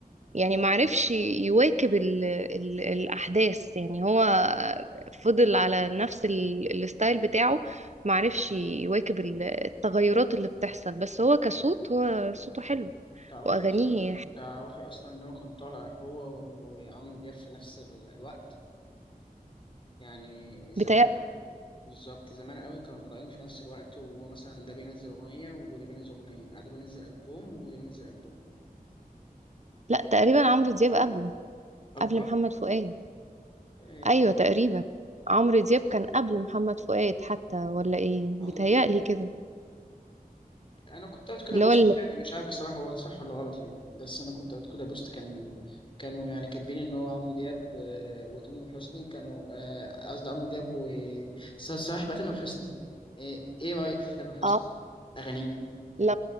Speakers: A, on the right (about 50°); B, on the left (about 35°).
A: يعني معرفش يواكب ال ال الأحداث يعني هو فضل على نفس ال- الستايل بتاعه معرفش يواكب ال- التغيرات اللي بتحصل بس هو كصوت هو صوته حلو
B: تعرفي
A: وأغانيه
B: اصلا تعرفي اصلا ان هو كان طالع هو وعمرو دياب في نفس الوقت يعني زمان
A: بتاع
B: بالظبط زمان قوي كانوا طالعين في نفس الوقت ومثلا ده بينزل أغنية وده بينزل أغنية ده بينزل ألبوم وده بينزل ألبوم
A: لا تقريبا عمرو دياب قبله
B: أكبر
A: قبل محمد فؤاد
B: آه،
A: ايوه تقريبا عمرو دياب كان قبل محمد فؤاد حتى ولا ايه بيتهيألي
B: عمرو دياب
A: كده
B: أنا كنت قريت كده
A: اللي
B: بوست
A: هو اللي
B: يعني مش عارف بصراحة هو ده صح ولا غلط يعني بس أنا كنت قريت كده بوست كان كانوا يعني كاتبين إن هو عمرو دياب آه، وتامر حسني كانوا آه، قصدي عمرو دياب و ص- صلاح بقى تامر حسني آه، إيه رأيك في تامر حسني
A: اه
B: أغانيه؟
A: لا ما